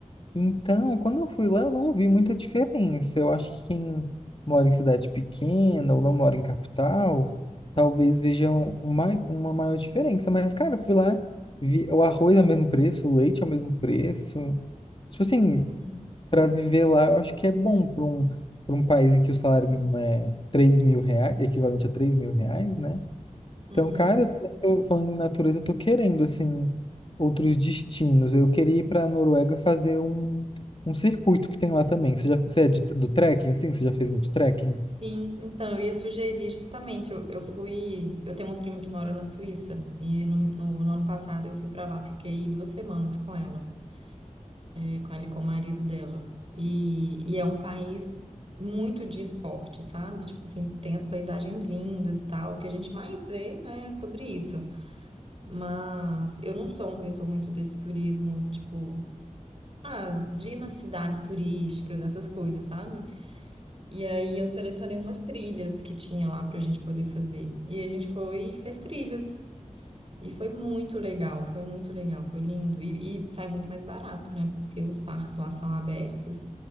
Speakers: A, on the left; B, on the right.
A: Então, quando eu fui lá, eu não vi muita diferença. Eu acho que quem mora em cidade pequena ou não mora em capital, talvez vejam uma, uma maior diferença. Mas, cara, eu fui lá, vi o arroz ao mesmo preço, o leite ao mesmo preço. Tipo assim,
B: uhum,
A: para viver lá, eu acho que é bom para um, para um país em que o salário mínimo é três mil reais, equivalente a três mil reais, né?
B: uhum.
A: Então, cara, eu também tô falando em natureza, eu tô querendo, assim, outros destinos. Eu queria ir pra Noruega fazer um, um circuito que tem lá também. Você já, você é de- do trekking, assim? Você já fez muito trekking?
B: Sim, então, eu ia sugerir justamente, eu, eu fui, eu tenho uma prima que mora na Suíça, e no, no, no ano passado eu fui para lá, fiquei duas semanas com ela, eh, com ela e com o marido dela, e, e é um país muito de esporte, sabe? Tipo assim, tem as paisagens lindas e tal, o que a gente mais vê, né, é sobre isso, mas eu não sou uma pessoa muito desse turismo, tipo, ah, de ir nas cidades turísticas, essas coisas, sabe? E aí eu selecionei umas trilhas que tinha lá pra gente poder fazer. E a gente foi e fez trilhas. E foi muito legal, foi muito legal, foi lindo. E, e sai muito mais barato, né? Porque os parques lá são abertos,